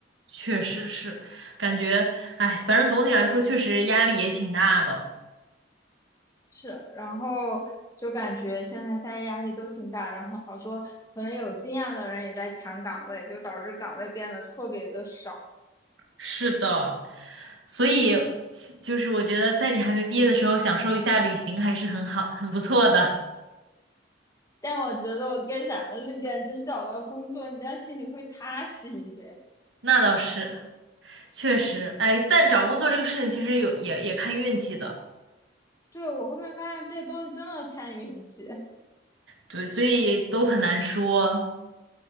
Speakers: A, on the right; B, on the left.
A: 确实是，感觉，哎，反正总体来说确实压力也挺大的。
B: 是，然后就感觉现在大家压力都挺大，然后好多可能有经验的人也在抢岗位，就导致岗位变得特别的少。
A: 是的，所以就是我觉得在你还没毕业的时候，享受一下旅行还是很好，很不错的。
B: 但我觉得我更想的是赶紧找到工作，你这样心里会踏实一些。
A: 那倒是，确实，哎，但找工作这个事情其实有也也看运气的，
B: 对，我后面发现这东西真的看运气，
A: 对，所以都很难说，